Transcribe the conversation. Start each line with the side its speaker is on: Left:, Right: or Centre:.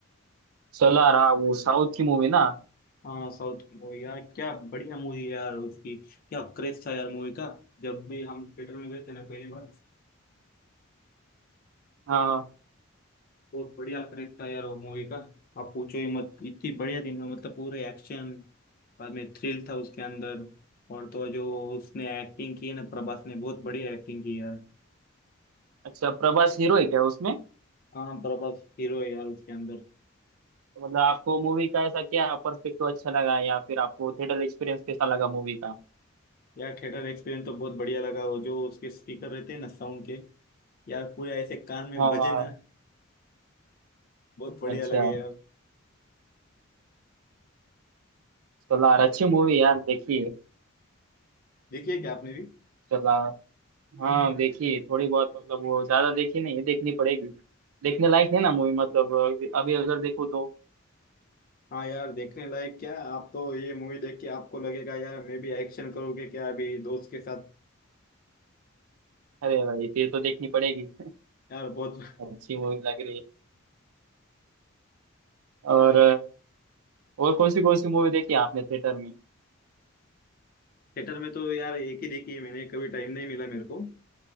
Right: सोलार हाँ वो साउथ की मूवी ना
Left: हाँ साउथ की मूवी यार क्या बढ़िया मूवी यार उसकी क्या क्रेज था यार मूवी का जब भी हम थिएटर में गए थे ना पहली बार
Right: हाँ
Left: बहुत बढ़िया क्रेज था यार वो मूवी का आप पूछो ही मत इतनी बढ़िया थी ना मतलब पूरे एक्शन बाद में थ्रिल था उसके अंदर और तो जो उसने एक्टिंग की है ना प्रभास ने बहुत बढ़िया एक्टिंग की यार
Right: अच्छा प्रभास हीरो है क्या उसमें
Left: हाँ प्रभास हीरो है यार उसके अंदर
Right: तो मतलब आपको मूवी का ऐसा क्या पर्सपेक्टिव अच्छा लगा या फिर आपको थिएटर एक्सपीरियंस कैसा लगा मूवी का
Left: यार थिएटर एक्सपीरियंस तो बहुत बढ़िया लगा वो जो उसके स्पीकर रहते हैं ना साउंड के यार पूरे ऐसे कान में
Right: हाँ
Left: बजे
Right: हाँ
Left: ना बहुत बढ़िया
Right: अच्छा
Left: लगे यार
Right: सोलार अच्छी मूवी यार देखिए
Left: देखिए क्या आपने
Right: सोलार हाँ
Left: भी
Right: देखिए थोड़ी बहुत मतलब वो ज्यादा देखी नहीं है देखनी पड़ेगी देखने लायक है ना मूवी मतलब अभी अभी अगर देखो तो
Left: हाँ यार देखने लायक क्या है? आप तो ये मूवी देख के आपको लगेगा यार मैं भी एक्शन करूँगी क्या अभी दोस्त के साथ
Right: अरे भाई फिर तो देखनी पड़ेगी
Left: यार बहुत
Right: अच्छी मूवी लग रही है और और कौन सी कौन सी मूवी देखी आपने थिएटर में
Left: थिएटर में तो यार एक ही देखी है मैंने कभी टाइम नहीं मिला मेरे को